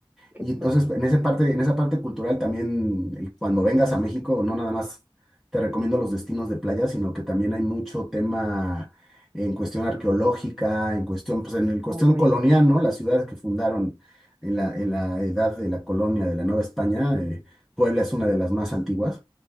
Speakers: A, on the right (about 20°); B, in the centre.
A: qué
B: Y
A: fuerte.
B: entonces, en esa parte, en esa parte cultural también, el- cuando vengas a México, no nada más te recomiendo los destinos de playa, sino que también hay mucho tema en cuestión arqueológica, en cuestión, pues en el cuestión
A: Hombre,
B: colonial, ¿no? Las ciudades que fundaron en la,
A: Mm.
B: en la edad de la colonia de la Nueva España, eh, Puebla es una de las más antiguas.